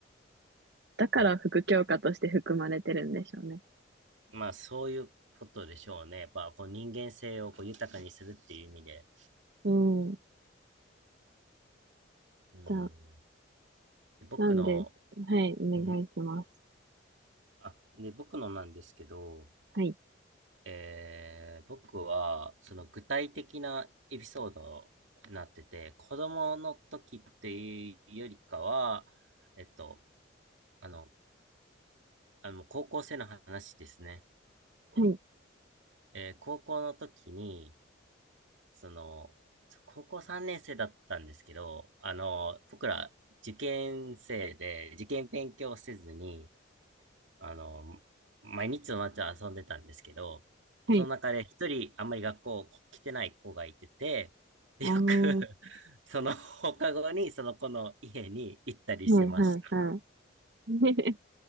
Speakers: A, on the right; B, on the right.
A: だから副教科として含まれてるんでしょうね。
B: ね。まあ、そういうことでしょうね。やっぱ、こう、人間性をこう豊かにするっていう意味で。
A: うん。
B: うん。
A: じゃあ、
B: で僕の、
A: なんで、はい、お願いします。
B: うんあ、で、僕のなんですけど、
A: はい、
B: えー僕は、その具体的なエピソードになってて、子供の時っていうよりかは、えっと、あの、あの、高校生の話ですね。
A: はい、
B: えー高校の時に、その、高校3年生だったんですけど、あの、僕ら受験生で、受験勉強せずに、あの、毎日の夏は遊んでたんですけど、
A: はい。
B: その中で一人あんまり学校来てない子がいてて、でよく
A: ああ、は
B: <laughs> その放課後にその子の家に行ったりしてました。
A: い、はい、はい。<laughs>